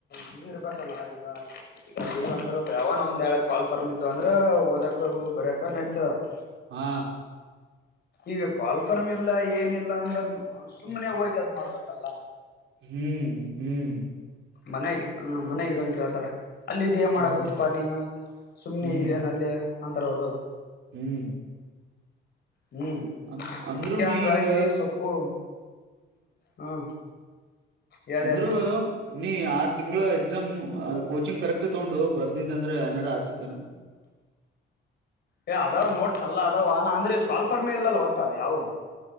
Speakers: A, on the left (about 55°); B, on the right (about 80°).
A: ಲೀವ್ ಇರ್ಬೇಕಲ್ಲ ಈಗ ಈಗ ಲೀವ್ ಅಂದ್ರ ಯಾವನ ಒಂದ ಹೇಳಳ ಕಾಲ್ ಫಾರಮ್ ಇದು ಅಂದ್ರೆ ಓದಕ ಬರಕ ನೆಟ್ <inaudible> <unintelligible>
B: ಹಾ
A: ಈಗ ಕಾಲ್ಫರ್ಮ್ ಇಲ್ಲ ಏನಿಲ್ಲ ಅಂದ್ರನು ಸುಮ್ಮ್ನೆ ಹೋಗಿ ಅದ್ ಮಾಡ್ಬೇಕಲ್ಲ
B: ಹ್ಮ್ ಹ್ಮ್
A: ಮನೆಗ ಹ ಮನೆಗ್ ಇದನ್ ಕೇಳ್ತಾರ ಅಲ್ಲ ಇದ ಮಾಡಾಕತಿ
B: ಹ್ಮ್
A: ಪಾನೀನ ಸುಮ್ನೆ
B: ಹ್ಮ್
A: ಇದೆನಲ್ಲಿ ಅಂತರೋರು
B: ಹ್ಮ್
A: ಹ್ಮ್
B: ಅಂ ಅಂದ್ರು
A: ಅದಕ್ಕೆ
B: ನೀ
A: ಹಂಗಾಗಿ
B: ಈಗ
A: ಸೊಪ್ಪು ಹಾ ಹೇಳಿ
B: ಅಂದ್ರರು
A: ಹೇಳಿ
B: ನೀ ಆರ್ ತಿಂಗಗಳ ಎಕ್ಸಾಮ್ ಕೋಚಿಂಗ್ ಕರೆಕ್ಟ್ ತಗೊಂಡು ಬರ್ದಿದ್ದ ಅಂದ್ರೆ ಏನಾರ ಆತಿತ್ತೇನಾ
A: ಏ ಅದಾವ ನೋಡ್ಸಲ್ಲ ಅದಾವ ಅಂದ್ರೆ ಕಾಲ್ಪರ್ಮೆ ಇಲ್ಲಲ್ ಒಟ್ಟ ಯಾವು